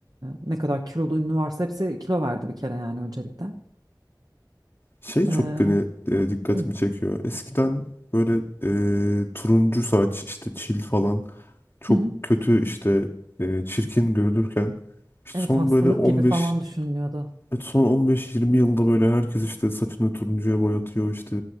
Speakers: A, on the right; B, on the left.
A: ne kadar kilolu ünlü varsa hepsi kilo verdi bir kere yani öncelikle.
B: Şey çok
A: Ee,
B: beni e, dikkatimi
A: hı,
B: çekiyor. Eskiden böyle e, turuncu saç işte çil falan çok
A: hı hı.
B: kötü işte e, çirkin görülürken işte
A: Evet
B: son
A: hastalık
B: böyle 15
A: gibi falan düşünülüyordu.
B: evet, son 15-20 yılda böyle herkes işte saçını turuncuya boyatıyor işte